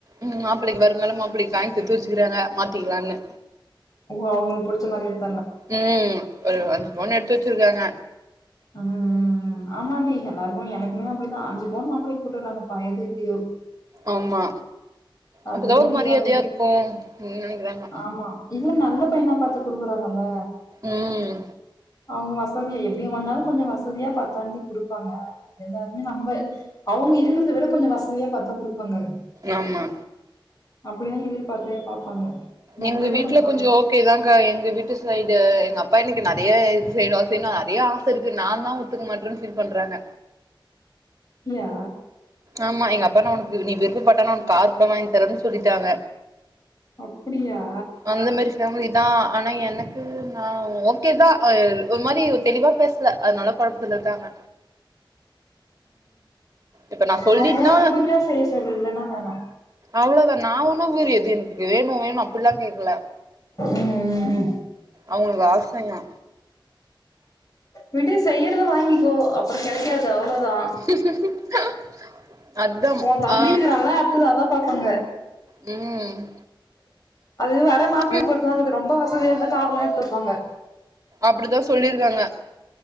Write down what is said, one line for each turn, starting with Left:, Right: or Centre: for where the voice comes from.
Right: ம் மாப்பிள்ளக்கு வரு அதுனால மாப்பிளைக்கு காய்ன்சு எடுத்து வச்சுக்கிறாங்க மாத்திக்கலான்னு
Left: ஓ அவுங்களுக்கு புடிச்ச மாரி அந்
Right: ம் ஒருவந் ஒண்ணு எடுத்து வச்சுருக்காங்க
Left: ம்ம்ம் ஆமாண்டி எல்லாருக்கு எனக்குமே அப்டிதா அஞ்சு போண் மாப்பிளைக்கு போட்டுவுட்றாங்கப்பா எது எப்டியோ
Right: ஆமா
Left: அது
Right: அப்பதா
Left: மீதி
Right: ஒரு மரியாதையா
Left: அபி
Right: இருக்கு ம் நெனைக்கிறாங்க
Left: ஆமா இன்னு நல்ல பையனா பாத்து குடுக்குறாங்கல்ல
Right: ம்
Left: அவுங்க வச வசதியா எப்டி வாலு கொஞ்ச வசதியா பத்தாண்டி குடுப்பாங்க எல்லாருமே நம்ப அவுங்க இருங்கிறத விட கொஞ்ச வசதியா பாத்தா குடுப்பாங்க
Right: ஆமா
Left: அப்டிதா எதிர்பாத்தே பாப்பாங்க நம்மளோட
Right: எங்க வீட்ல
Left: கொஞ்சம்
Right: கொஞ்ச
Left: நம்பி
Right: ஓகேதா எங்க வீட்டு சைடு ட்டு எங்க அப்பா எனக்கு நெறைய இது செய்யணு செய்யணு நெறைய ஆச இருக்கு நா தா ஒத்துக்க மாட்டேன்னு ஃபீல் பண்றாங்க
Left: இயா
Right: ஆமா எங்க அப்பானா உனக்கு நீ விருப்பப்பட்டானா உனக்கு கார் கூட வாங்கி தரேன்னு சொல்லிட்டாங்க
Left: அப்டியா
Right: அந்த மாரி ஃபேமிலி தா ஆனா எனக்கு நா ஓகே தா அ ஒரு மாரி தெளிவா பேசல அதனால கொழப்பத்துல இருக்காங்க இப்ப நா சொல்லிட்னா
Left: அவுங்களால முடிஞ்சா செய்ய சொல்லு இல்லனா வேணா
Right: அவ்ளோதா நா உனு வேற எது வேணு வேணு அப்படில்லா கேக்கல
Left: ம்
Right: அவுங்க வாசையா
Left: விடு செய்யறத வாங்கிக்கோ அப்பறம் கெடைக்காது
Right: <inaudible>
Left: அவ்ளோதா
Right: <unintelligible>
Left: ஓ தம்பி
Right: ஆ
Left: இருக்குறால்ல தா அடுத்தது அதா பாப்பாங்க
Right: ம்
Left: அது வர்ற மாப்பிள்ளய
Right: ம்
Left: பொறுத்து தா இது ரொம்ப வசதியா இருந்தா கார்ல எடுத்து வப்பாங்க
Right: அப்டிதா சொ சொல்லிருக்காங்க